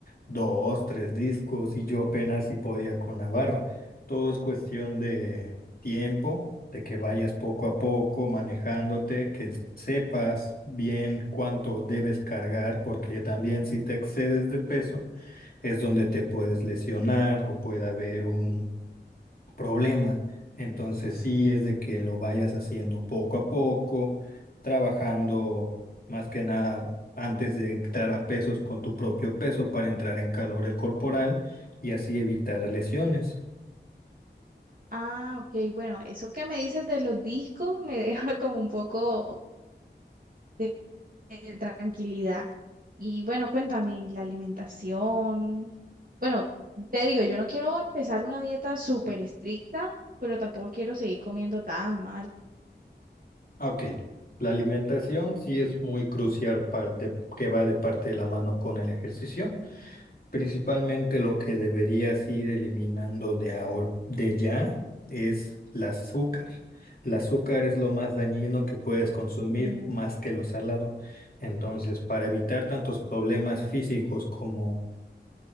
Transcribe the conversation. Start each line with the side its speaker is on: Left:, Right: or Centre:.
Left: dos, tres discos y yo apenas si podía con la barra. Todo es cuestión de tiempo, de que vayas poco a poco manejándote, que sepas bien cuánto debes cargar, porque también si te excedes de peso es donde te puedes lesionar o puede haber un problema. Entonces sí es de que lo vayas haciendo poco a poco, trabajando más que nada antes de entrar a pesos con tu propio peso para entrar en calor el corporal y así evitar lesiones.
Right: Ah, ok, bueno, eso que me dices de los discos me <laughs> deja como un poco. de, de tranquilidad. Y bueno, cuéntame, ¿y la alimentación. Bueno, te digo, yo no quiero empezar una dieta súper estricta, pero tampoco quiero seguir comiendo tan mal.
Left: Ok, la alimentación sí es muy crucial par- de- que va de parte de la mano con el ejercicio. Principalmente lo que deberías ir eliminando de ahor- de ya es el azúcar. El azúcar es lo más dañino que puedes consumir
Right: Mm,
Left: más que lo salado. Entonces, para evitar tantos problemas físicos como